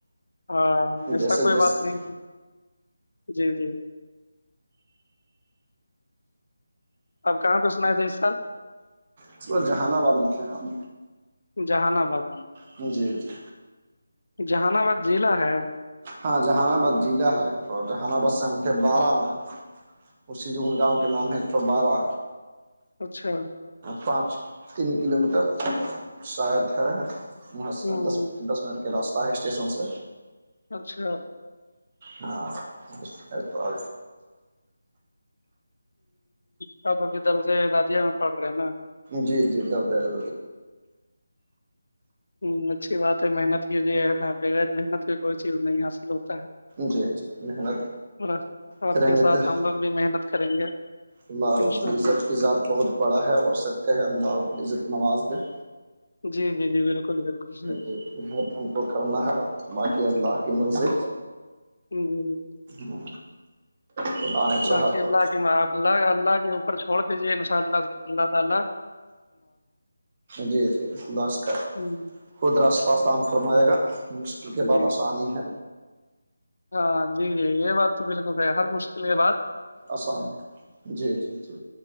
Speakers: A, on the left; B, on the right.
A: ہاں ایسا
B: جیسے
A: کوئی
B: جیسے
A: بات نہیں تھی جی جی اپ کہاں پہ سناائے تھے اس سال
B: اس ب جہان آباد میں تھے ہم
A: جہان آباد
B: ہاں جیاں جی
A: جہان آباد ضلع ہے
B: ہاں جہان آباد ضلع ہے تو جہان آباد سم بارہ میں اسی جو گاؤں کے نام ہے ایک سو بارہ
A: اچھا
B: پانچ تین کلو میٹر شا ہے م سے
A: ہ
B: دس دس منٹ کے راسہ ہے اسٹیشن سے
A: اچھا
B: ہاں تو آ
A: ہ آپ بھیدر سے دادیا میں پڑ رہے ہیں نا <unintelligible>
B: جی جی ڈرد ڈرد
A: ہ اچھی بات ہے محنت کی ہے نا بغیر محنت کی کوئی چیز نہیں حاصل ہوتا ہے
B: جی جی محنت
A: اور آپ
B: کریں
A: کے
B: گے
A: ساتھ
B: تو
A: ہم لوگ بھی محنت کریں گے
B: الللہہ
A: انشاء
B: رب العزت
A: اللہ
B: کی ذات بہت بڑا ہے ہو سکتے ہے الللہہ رب العزت نواز میںہ
A: جی جی جی بالکل بالکل صحیح۔
B: جی محنت ہم کو کرنا ہے باقی اللہ کی مرضی
A: ہ <unintelligible>
B: ہ تو آ چ
A: باقی
B: ہ تو
A: اللہ کے آپ اللہ کے اوپر چھوڑ کے یہ انشاءاللہ
B: جی جی نمسکار
A: ہوں،
B: خود راستہستان فرمائے گا مشکل کے بعد
A: جی
B: آسانی ہے
A: ہاں جی جی یہ بات تو بالکل ہر مشکل کے بات
B: آسان ہے جی جی جی